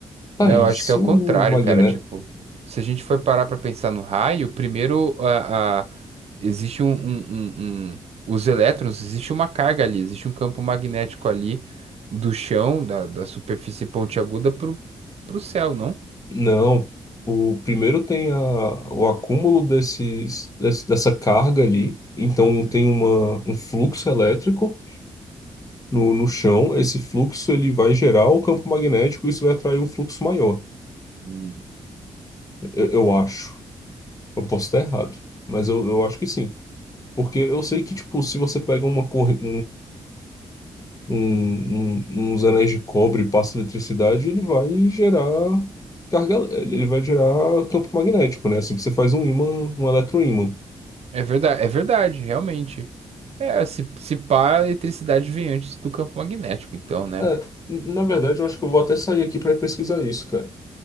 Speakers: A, on the left (about 30°); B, on the right (about 65°).
A: tá
B: Não,
A: aí.
B: eu acho
A: Se
B: que é o contrário,
A: o magné...
B: cara. Tipo, se a gente for parar pra pensar no raio, primeiro a, a- existe um, um- um- um- os elétrons, existe uma carga ali, existe um campo magnético ali do chão, da, da superfície pontiaguda pro, pro céu, não?
A: Não. O primeiro tem a, o acúmulo desses, desse- dessa carga ali. Então,
B: Uhum.
A: tem uma, um fluxo elétrico no, no chão. Esse fluxo ele vai gerar o campo magnético e isso vai atrair um fluxo maior.
B: Hum.
A: Eu, eu acho. Eu posso estar errado, mas eu, eu acho que sim. Porque eu sei que, tipo, se você pega uma corrente um- um- uns anéis de cobre e passa eletricidade, ele vai gerar carga, ele vai gerar campo magnético, né? Assim que você faz um ímã, um eletroímã.
B: É verdade, é verdade, realmente. É, se, se pá, a eletricidade vem antes do campo magnético, então, né?
A: É, n- na verdade, eu acho que eu vou até sair aqui para pesquisar isso, cara.